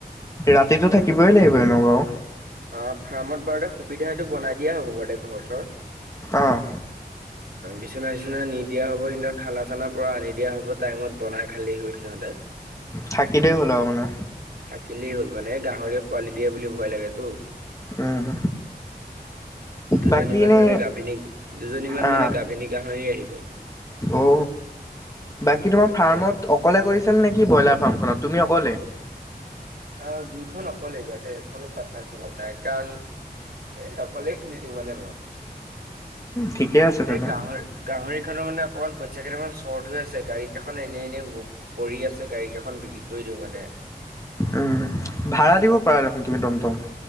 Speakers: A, on the left (about 20°); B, on the right (about 70°).
A: ৰাতিটো থাকিবই লাগিব এনেও বাৰু।
B: অ' ফাৰ্মত বাৰু সুবিধা এই টো বনাই দিয়া হ'ব বাৰু দে ঘৰ-চৰ।
A: অ',
B: বিচনা-চিচনা নি দিয়া হ'ব সিদিনা খানা-চানা পৰা আনি দিয়া হ'ব, টাইমত বনাই খালে হ'ল সিহঁতে।
A: থাকিলেই হ'ল আৰু মানে।
B: থাকিলেই হ'ল মানে, গাহৰি য়ে পোৱালি দিয়ে বুলি ভয় লাগে তো।
A: উম'
B: দুজনীমান
A: বাকী এনে
B: মানে গাভিনী, দুজনী মান
A: অ',
B: মানে গাভিনী গাহৰি আহিব।
A: অ' বাকী তোমাৰ
B: তাকে
A: ফাৰ্মত অকলে কৰিছা নেকি, ব্ৰইলাৰ ফাৰ্মখনত তুমি অকলে?
B: অ' দুইখন অকলেই ঘৰতে এখনো পাৰ্টনাৰ চিৱত নাই কাৰণ, এ অকলেই খোলিছো। মানে মই,
A: ঠিকে আছে তেনে
B: এই গাহৰি গাহৰি খনৰ মানে অকমান পইচা কেইটামান চৰ্ট হৈ আছে, গাড়ী খন এনে এনে পৰি আছে, গাড়ী কেইখন বিক্ৰী কৰি দিওঁ মানে।
A: উম' ভাড়া দিব পাৰা দেখোন তুমি টমটম।